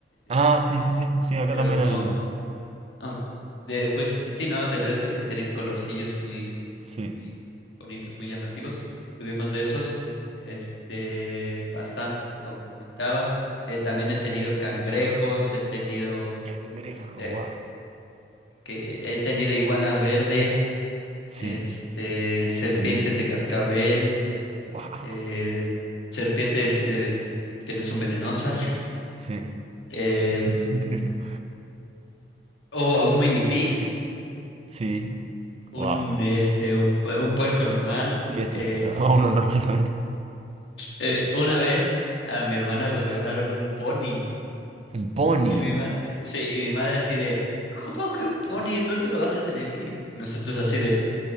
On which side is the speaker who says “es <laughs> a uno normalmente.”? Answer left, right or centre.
Right